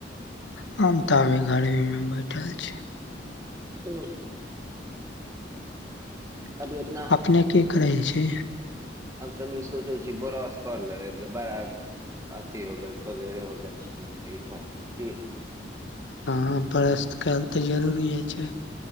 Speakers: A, on the left; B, on the right.
A: हम तऽ अभी घरवेमे बैठल छी
B: ओ अभी एतना
A: अपने की करै
B: आब
A: छी
B: तनि सोचै छी ब्रश कर लेबे के बड़ा अथी हो गेल सवेर हो गेल छै न कि
A: हँ ब्रश कयल तऽ जरूरीये छै